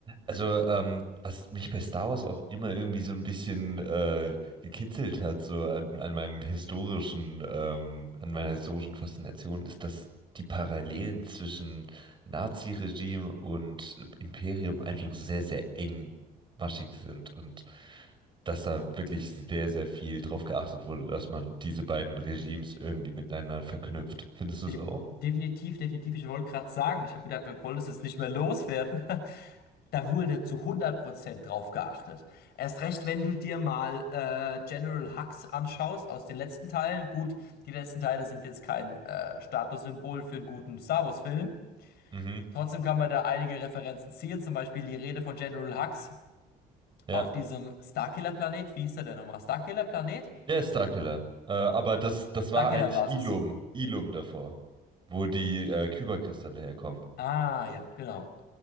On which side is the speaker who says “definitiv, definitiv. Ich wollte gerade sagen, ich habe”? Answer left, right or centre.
Left